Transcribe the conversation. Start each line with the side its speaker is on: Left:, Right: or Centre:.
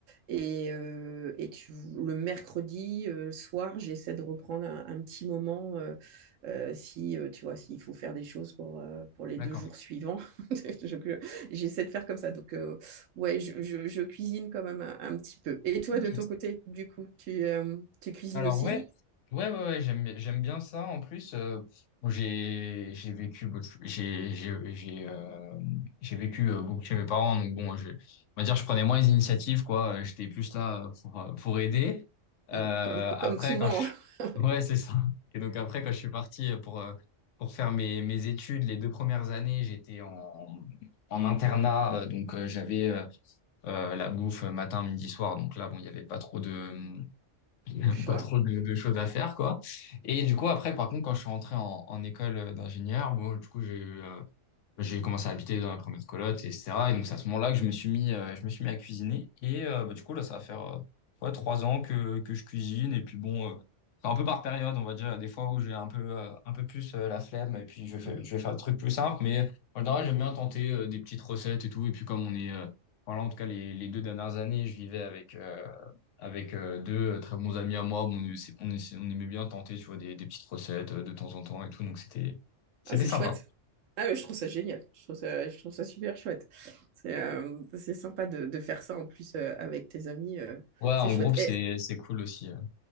Right: Et, euh, et tu- le mercredi euh, soir, j'essaie de reprendre un, un petit moment euh, euh, si euh, tu vois s'il faut faire des choses pour, euh, pour les
Left: D'accord.
Right: deux jours suivants. <laughs> Je- je- J'essaie de faire comme ça. Donc euh, ouais, je, je- je cuisine quand même un, un petit peu. Et toi,
Left: Ok.
Right: de ton côté, du coup, tu, euh, tu cuisines
Left: Alors
Right: aussi?
Left: ouais, ouais, ouais, ouais, j'aime, j'aime bien ça. En plus, euh, bon, j'ai, j'ai vécu, beaucoup de- ch- j'ai, j'ai, j'ai, euh, j'ai vécu euh, beaucoup chez mes parents. Donc bon, je, on va dire, je prenais moins les initiatives, quoi. Euh, J'étais plus là euh, pour, euh, pour aider. Euh,
Right: Bon, comme,
Left: après,
Right: comme souvent,
Left: quand je,
Right: <laughs>
Left: ouais, c'est ça. Et donc après, quand je suis parti euh, pour, euh, pour faire mes, mes études, les deux premières années, j'étais en, en internat. Euh, Donc euh, j'avais euh, euh, la bouffe euh, matin, midi, soir. Donc là, bon, il n'y avait pas trop de <laughs>
Right: de choix.
Left: pas trop de, de choses à faire, quoi. Et du coup, après, par contre, quand je suis rentré en, en école euh, d'ingénieur, bon, du coup, j'ai eu, euh, j'ai commencé à habiter dans la première coloc, et cetera Et donc, c'est à ce moment-là que je me suis mis, euh, je me suis mis à cuisiner. Et euh, bah, du coup, là, ça va faire euh, ouais, trois ans que, que je cuisine. Et puis, bon, euh, c'est un peu par période, on va dire. Il y a Des fois où j'ai un peu, euh, un peu plus euh, la flemme. Et puis, je vais, faire-
Right: Hmm.
Left: je vais faire le truc plus simple. Mais en général, j'aime bien tenter euh, des petites recettes et tout. Et puis, comme on est. euh, voilà, en tout cas, les, les deux dernières années, je vivais avec, euh, avec euh, deux très bons amis à moi. Bon, on, essa- on, essa- on aimait bien tenter, tu vois, des, des petites recettes euh, de temps en temps et tout. Donc, c'était, c'était
Right: Ah, c'est
Left: sympa.
Right: chouette. Ah, mais je trouve ça génial. Je trouve ça, je trouve ça super chouette. C'est euh, c'est sympa de, de faire ça en plus euh, avec tes amis. euh,
Left: Ouais, en
Right: c'est chouette.
Left: groupe, c'est
Right: Et,
Left: c'est cool aussi.